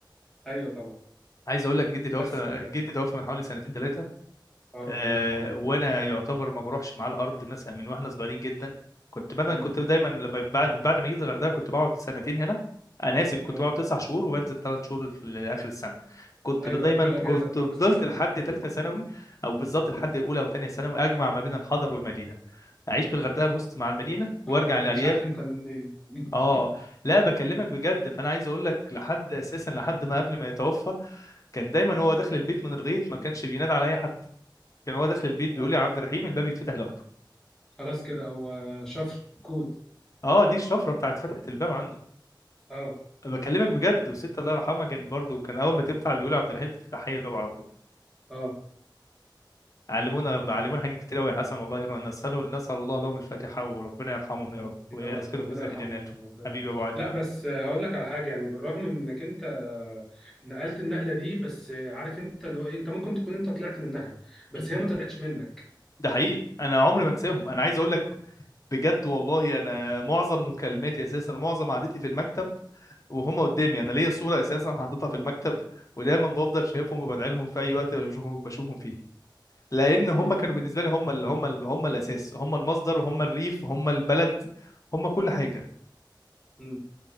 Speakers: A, in the centre; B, on the left.
A: أيوه طبعا
B: عايز اقول لك جدي توفى
A: بس اه
B: جدي توفى من حوالي سنتين ثلاثه
A: ربنا
B: آه،
A: يرحمه
B: وانا يعتبر ما بروحش مع الارض مثلا من واحنا صغيرين جدا كنت مثلا
A: مم.
B: كنت دايما لما بعد من بعد ما جيت الغردقه كنت بقعد سنتين هنا انا اسف كنت
A: اه
B: بقعد تسع شهور وبنزل ثلاث شهور في- لاخر السنه كنت
A: أيوه
B: دايما
A: بتوع الأجازة
B: كنت
A: بتاع
B: فضلت
A: أجازة الصيف
B: لحد ثالثه ثانوي او بالظبط لحد اولى او ثانيه ثانوي اجمع ما بين الحضر والمدينه اعيش في الغردقه بص مع المدينه وارجع
A: اه
B: الارياف
A: ما أنتش عارف أنت منين <laughs>
B: اه لا بكلمك
A: مم.
B: بجد فانا عايز اقول لك لحد اساسا لحد ما قبل ما يتوفى كان دايما هو داخل البيت من الغيط ما كانش بينادى على اي حد كان هو داخل البيت بيقول
A: آه.
B: لي يا عبد الرحيم الباب يتفتح لوحده
A: خلاص كده هو شفر كود
B: اه دي الشفره بتاعت فتحه الباب عنده
A: اه
B: بكلمك بجد والست الله يرحمها كان برضه كان اول ما تفتح بيقول يا عبد الرحيم تفتح هي الباب على طول
A: اه
B: علمونا علمونا حاجات كتير قوي يا حسن والله يرى نسال نسال الله لهم الفاتحه وربنا يرحمهم
A: مم.
B: يا رب ويسكنوا
A: يا رب ربنا
B: في سيح
A: يرحمهم
B: جناته
A: ربنا
B: حبيبي
A: يرحمهم.
B: يا ابو علي
A: لا بس آه، هقول لك على حاجه يعني بالرغم من انك انت آه، نقلت النقله دي بس آه، عارف انت اللي هو ايه انت ممكن تكون انت طلعت منها بس
B: مم.
A: هي ما طلعتش منك
B: ده حقيقي انا عمري ما انساهم انا عايز اقول لك بجد والله انا معظم مكالماتي اساسا ومعظم قعدتي في المكتب وهم قدامي انا ليا صوره اساسا حاططها في المكتب ودايما بفضل شايفهم وبدعي لهم في اي وقت بشوفهم بشوفهم فيه لان هم
A: مم.
B: كانوا بالنسبه لي هم اللي هم اللي هم الاساس هم المصدر وهم الريف وهم البلد هم كل حاجه
A: مم.